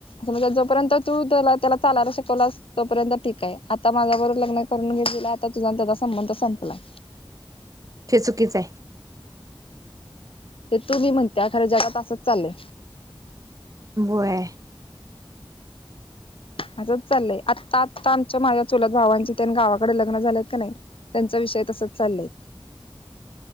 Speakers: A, on the left (about 80°); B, on the right (about 40°).
A: म्हणत जोपर्यंत तू त्याला त्याला... चालायला शिकवला तोपर्यंत ठीक आहे आता माझ्या बरोबर लग्न करून घेतलेलं आता तुझा त्याचा संबंध संपलाय.
B: ते चुकीच आहे.
A: ते तू मी म्हणत्या खरं जगात असंच चालय.
B: होय
A: असंच चाललंय आत्ता- आता आमच्या माझ्या चुलत भावांची त्यां गावाकडे लग्न झालेत की नाही, त्यांचा... विषय तसंच चालय..
B: <unintelligible>